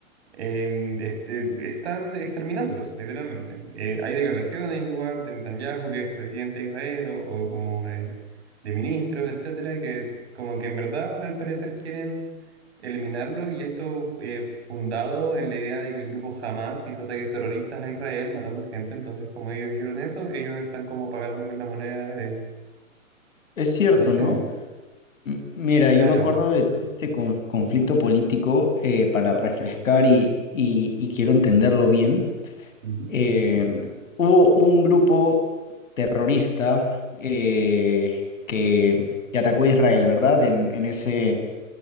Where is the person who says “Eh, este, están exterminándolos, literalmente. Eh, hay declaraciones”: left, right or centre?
Right